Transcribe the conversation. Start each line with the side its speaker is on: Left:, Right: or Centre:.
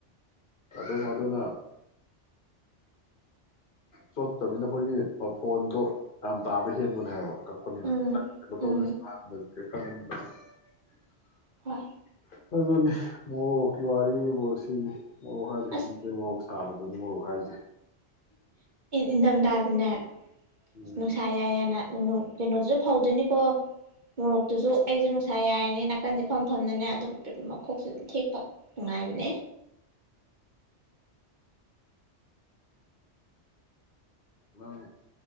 Left: ꯑꯗꯨꯝ ꯑꯗꯨꯅ ꯆꯣꯠꯇꯅꯤꯅ ꯑꯩꯈꯣꯏꯒꯤ ꯃꯐꯣꯟꯗꯣ ꯌꯥꯝ ꯇꯥꯕ ꯍꯦꯟꯕꯅꯦ ꯍꯥꯏꯕ <unintelligible> <unintelligible>
Right: ꯎꯝ ꯎꯝ ꯍꯣꯏ
Left: ꯑꯗꯨꯒꯅꯤ ꯃꯣꯛꯀꯤ ꯋꯥꯔꯤꯕꯣ ꯁꯤꯅꯤ ꯑꯣꯒꯅꯨꯡ
Right: ꯑꯁ
Left: ꯁꯥꯕꯗꯣꯅꯤꯉꯣꯔꯣꯛ ꯈ ꯍꯥꯏꯁꯦ
Right: ꯏꯊꯝꯊꯥꯗꯅꯦ
Left: ꯎꯝ
Right: ꯅꯨꯡꯁꯥ ꯌꯥꯏ ꯌꯥꯅ ꯀꯩꯅꯣꯗꯨꯁꯨ ꯐꯧꯗꯣꯏꯅꯤ ꯀꯣ ꯃꯣꯔꯣꯛꯇꯨꯁꯨ ꯑꯩꯁꯨ ꯅꯨꯡꯁꯥ ꯌꯥꯏ ꯅꯥꯀꯟꯁꯦ ꯐꯝ ꯐꯝꯗꯨꯅꯦ ꯑꯗꯨꯝ ꯃꯈꯣꯛꯁꯦ ꯑꯗꯨꯝ ꯊꯦꯛꯄ ꯁꯅꯨꯡꯉꯥꯏ ꯄꯅꯦ
Left: ꯅꯪ